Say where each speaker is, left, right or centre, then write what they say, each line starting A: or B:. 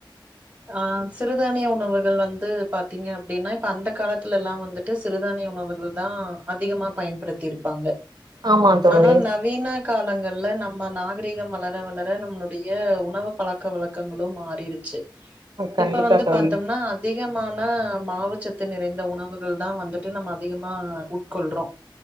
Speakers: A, on the right; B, on the right.
A: ஆ சிறுதானிய உணவுகள் வந்து பாத்தீங்க அப்டின்னா இப்ப அந்த காலத்துல எல்லா வந்து ட்டு சிறுதானிய உணவுகள்தா அதிகமா பயன்படுத்தி இருப்பாங்க
B: ஆமா தோழி
A: ஆனா ந வீ காலங்கள்ல நம்ம நாகரீகம் வளர வளர நம்மளுடைய உணவு பழ க்க வழக்கங்களு மாறிருச்சு
B: கண்டிப்பா
A: இப்ப வந்து
B: தோழி
A: பாத்தம்னா அதிகமான மாவுச்சத்து நிறைந்த உணவுகள்தா வந்துட்டு நம்ம அதிகமா உட்கொள்றோ